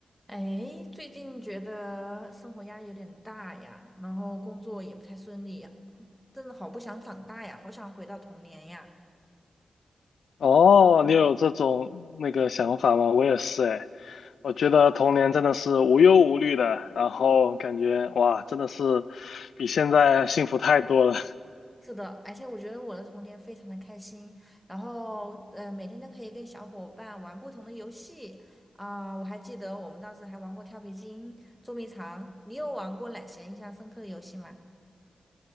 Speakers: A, in the centre; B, on the left.
A: 哎，最近觉得生活压力有点大呀，然后工作也不太顺利呀，真的好不想长大呀，好想回到童年呀。
B: 哦，你有这种那个想法吗？我也是哎，我觉得童年真的是无忧无虑的，然后感觉哇，真的是比现在幸福太多了。
A: 是的，而且我觉得我的童年非常的开心，然后呃，每天都可以跟小伙伴玩不同的游戏啊，我还记得我们当时还玩过跳皮筋、捉迷藏。你有玩过哪些印象深刻的游戏吗？